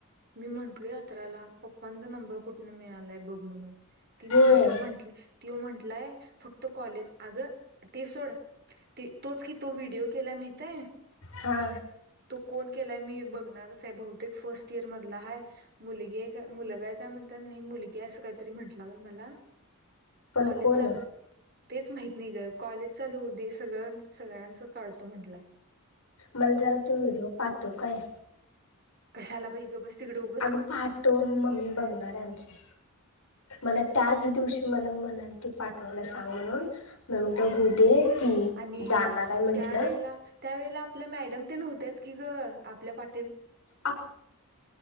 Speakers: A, on the right; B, on the left.
A: मी म्हंटलो यात्र्याला पप्पांचा नंबर कुठून मिळालाय बघ म्हणून.
B: होय
A: तो म्हटला तो म्हटलंय फक्त कॉलेज अगं ते सोड ते तोच कि तो व्हिडिओ केला माहित आहे.
B: हा
A: तो कोण केलाय मी बघणारच. बहुतेक फर्स्ट इयर मधला हा मुलगी आहे का मुलगा आहे काय म्हणतात नाही मुलगी आहे असं काहीतरी म्हटलं नवे मला.
B: पण
A: कॉलेज
B: कोण,
A: चालू तेच माहत नाही का कॉलेज चालू दे सगळ सगळ्यांच काढतो म्हंटलंय,
B: मलधरा तो व्हिडिओ पाठव काय,
A: कशाला बाई गप बस तिकडे उगच
B: अगं पाठव मम्मी बघणार आहे आमची मला त्याच दिवशी मला म्हणाल ते पाठवायला सांग म्हणून मी म्हणतो होऊ दे ती
A: आणि
B: जाणार आहे म्हंटलं
A: त्यावेला त्यावेळेला आपल्या मॅडम ते नव्हत्याच, की ग! आपल्या पा
B: आप